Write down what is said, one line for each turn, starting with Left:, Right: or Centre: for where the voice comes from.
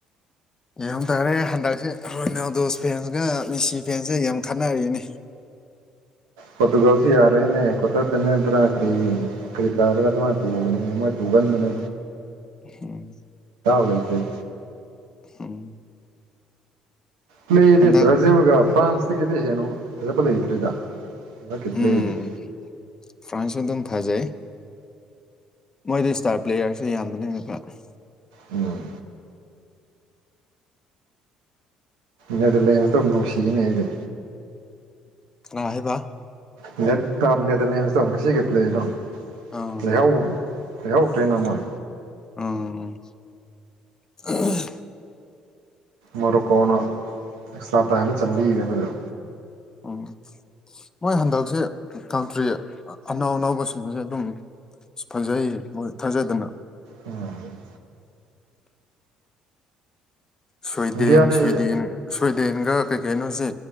Left: ꯌꯦꯡ ꯇꯥꯔꯦ ꯍꯟꯗꯛꯁꯦꯣꯏꯅꯥꯗꯣꯁ ꯐꯦꯟꯒ ꯃꯤꯁꯤ ꯐꯦꯟꯁꯒ ꯌꯥꯝ ꯈꯠꯅꯔꯤꯅꯤ
Right: ꯄꫭꯔꯇꯨꯒꯜꯁꯤ ꯌꯥꯔꯅꯦ ꯀ꯭ꯋꯥꯇꯔ ꯐꯥꯏꯅꯦꯜ <unintelligible> ꯀꯔꯤꯛꯥꯗ꯭ꯔꯗ ꯃꯥ ꯇꯨꯒꯅꯤ ꯃꫭꯏ ꯇꯨꯒꯟꯕꯅꯦ
Left: ꯎꯝ
Right: ꯂꯩꯇꯦ
Left: ꯎꯝ
Right: ꯄ꯭ꯂꯦꯗꯤ
Left: ꯍꯟꯗꯛ
Right: ꯕ꯭ꯔꯥꯖꯤꯜꯒ ꯐ꯭ꯔꯥꯟꯁꯇꯒꯤꯗꯤ ꯍꯦꯟꯅ ꯐꯖꯕ ꯂꯩꯇ꯭ꯔꯤꯗ ꯍꯟꯗꯛꯀꯤ
Left: ꯎꯝ
Right: ꯄ꯭ꯂꯦꯗꯤ
Left: ꯐ꯭ꯔꯥꯟꯁꯁꯨ ꯑꯗꯨꯝ ꯐꯖꯩ ꯃꯣꯏꯗꯤ ꯏꯁ꯭ꯇꯥꯔ ꯄ꯭ꯂꯦꯌꯥꯔꯁꯨ ꯌꯥꯝꯕꯅꯤꯅ ꯈꯔ
Right: ꯎꯝ ꯅꯦꯗꯔꯂꯦꯟꯁꯇꯣ ꯑꯗꯨꯝ ꯅꯨꯡꯁꯤꯅꯦ ꯑꯩꯗꯤ
Left: ꯀꯅꯥ ꯍꯥꯏꯕ
Right: ꯅꯦꯗ ꯅꯦꯒꯂꯦꯟꯁꯇꯣ ꯉꯁꯤꯒꯤ ꯄ꯭ꯂꯦꯗꯣ
Left: ꯑꯥ
Right: ꯂꯩꯍꯧ ꯂꯩꯍꯧꯗ꯭ꯔꯦꯅ ꯃꯣꯏ
Left: ꯎꯝ <unintelligible>
Right: ꯃꯣꯔꯣꯀꯣꯅ ꯑꯦꯛꯁꯇ꯭ꯕꯥ ꯇꯥꯏꯝꯗ ꯆꯟꯕꯤꯒꯤꯕꯗꯣ
Left: ꯎꯝ ꯃꯣꯏ ꯍꯟꯗꯛꯁꯦ ꯀꯟꯇ꯭ꯔꯤ ꯑꯅꯧ ꯑꯅꯧꯕꯁꯤꯡꯁꯦ ꯑꯗꯨꯝ ꯑꯁ ꯐꯖꯩꯌꯦ ꯃꯣꯏ ꯊꯥꯖꯗꯅ
Right: ꯎꯝ
Left: ꯁ꯭ꯋꯣꯏꯗꯦꯟ
Right: ꯏꯟꯗꯤꯌꯥꯗꯤ
Left: ꯁ꯭ꯋꯤꯗꯦꯟ ꯁ꯭ꯋꯤꯗꯦꯟꯒ ꯀꯩ ꯀꯩꯅꯣꯁꯦ